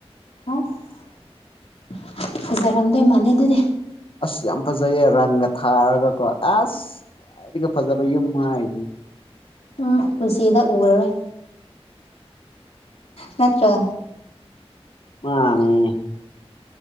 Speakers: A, on the left; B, on the left.
A: ꯑꯁ ꯐꯖꯔꯝꯗꯣꯏ ꯃꯥꯟꯗꯦ ꯑꯗꯨꯗꯤ
B: ꯑꯁ ꯌꯥꯝ ꯐꯖꯩꯌꯦ ꯔꯪꯒ ꯊꯥꯔꯒꯀꯣ ꯑꯦꯁ ꯈ꯭ꯋꯥꯏꯗꯒꯤ ꯐꯖꯕ ꯌꯨꯝ ꯍꯥꯏꯖꯤꯅꯤ
A: ꯎꯝ ꯄꯨꯟꯁꯤꯗ ꯎꯔꯔꯣꯏ ꯅꯠꯇ꯭ꯔꯣ
B: ꯃꯥꯅꯦ